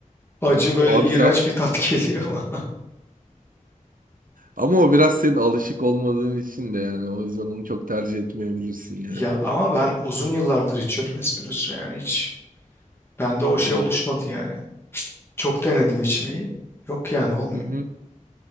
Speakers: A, on the left; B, on the right.
A: Acı
B: Hı,
A: böyle
B: Abi
A: iğrenç
B: zaten
A: bir tat <laughs> geliyor bana.
B: ama o biraz senin alışık olmadığın için de yani o yüzden onu çok tercih etmeyebilirsin yani.
A: Ya ama ben uzun yıllardır içiyorum espresso yani hiç bende o
B: Hı
A: şey oluşmadı yani. Çok denedim içmeyi. Yok yani olmuyor.
B: hı.